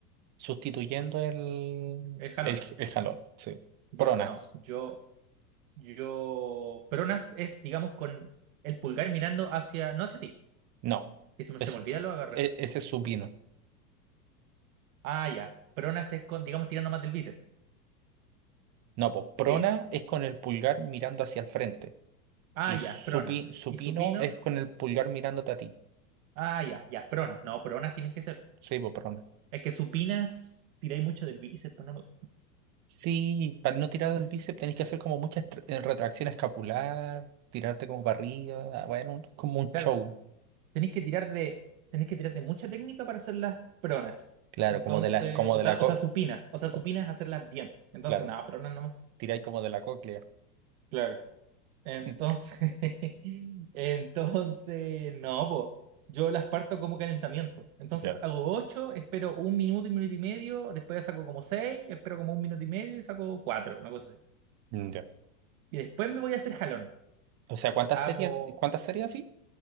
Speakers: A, on the right (about 35°); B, on the right (about 60°).
A: Sustituyendo el,
B: el jalón.
A: el, el jalón, sí.
B: Ya,
A: Pronas.
B: no, yo, yo, peronas es, digamos, con el pulgar mirando hacia, no hacia ti,
A: No,
B: que se me,
A: es-
B: se me olvida
A: e-
B: lo agarré.
A: e, ese es supino.
B: Ah, ya, peronas es con, digamos, tirando más del bíceps.
A: No, pues prona
B: Sí,
A: es con el pulgar mirando hacia el frente
B: Ah,
A: y
B: ya,
A: supi-
B: pronas.
A: supino
B: ¿Y supino?
A: es con el pulgar mirándote a ti.
B: Ah, ya, ya, pronas. No, pronas tienen que ser.
A: Sí, pues prona.
B: Es que supinas tiráis mucho del bíceps, pero no me
A: Sí, para no tirar del
B: O sea,
A: bíceps tenés que hacer como muchas tr- eh, retracción escapular, tirarte como para arriba, ah, bueno, como un
B: claro,
A: show.
B: tenéis que tirar de, tenéis que tirar de mucha técnica para hacer las pronas.
A: Claro,
B: Entonces,
A: como de la, como
B: o
A: de
B: sea,
A: la co,
B: o sea, supinas. O sea,
A: co-
B: supinas hacerlas bien. Entonces,
A: claro,
B: nada, pronas nomás.
A: tiráis como de la cóclea.
B: Claro. Entonces,
A: <laughs>
B: <laughs> entonces, no, po. Yo las parto como calentamiento. Entonces
A: Ya,
B: hago ocho, espero un minuto, un minuto y medio, después saco como seis, espero como un minuto y medio y saco cuatro, una cosa así.
A: mm, ya.
B: Y después me voy a hacer jalón.
A: O sea, ¿cuántas
B: Hago.
A: series, cuántas series así?